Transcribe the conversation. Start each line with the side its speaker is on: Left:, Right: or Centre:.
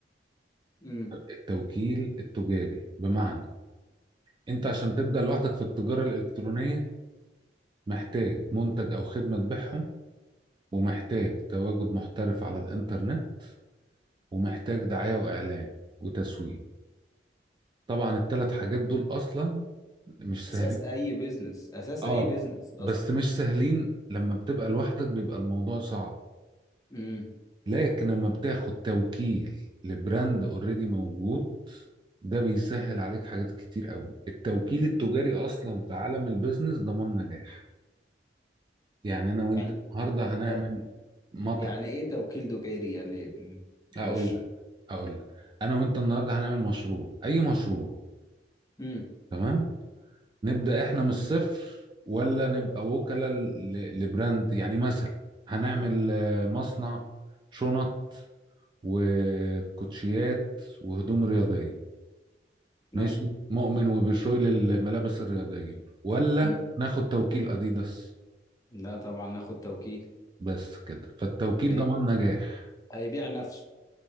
Left: امم
Right: التوكيل التجاري بمعنى انت عشان تبدأ لوحدك في التجارة الإلكترونية محتاج منتج أو خدمة تبيعهم ومحتاج تواجد محترف على الإنترنت ومحتاج دعاية وإعلان وتسويق طبعا الثلاث حاجات دول أصلا مش
Left: اساس
Right: سهلين
Left: اي بيزنس اساس
Right: اه
Left: اي بيزنس
Right: بس
Left: اصلا
Right: مش سهلين لما بتبقى لوحدك بيبقى الموضوع صعب
Left: امم
Right: لكن لما بتاخد توكيل لبراند اوريدي موجود ده بيسهل عليك حاجات كتير قوي التوكيل التجاري اصلا في عالم البيزنس ضمان نجاح يعني انا وانت
Left: يعني
Right: النهارده هنعمل
Left: طب
Right: مطعم
Left: يعني ايه توكيل دكيري يعني مم. معلش
Right: اقول لك اقول لك انا وانت النهارده هنعمل مشروع اي مشروع
Left: امم
Right: تمام نبدأ احنا من الصفر ولا نبقى وكلاء ل- لبراند يعني مثلا هنعمل آه، مصنع شنط وكوتشيات وهدوم رياضية
Left: مثلا
Right: ماشي مؤمن وبشوي
Left: مم.
Right: للملابس الرياضية ولا
Left: مم.
Right: ناخد توكيل أديداس
Left: لا طبعا ناخد توكيل
Right: بس كده فالتوكيل
Left: إيه؟
Right: ضمان نجاح
Left: هيبيع نفسه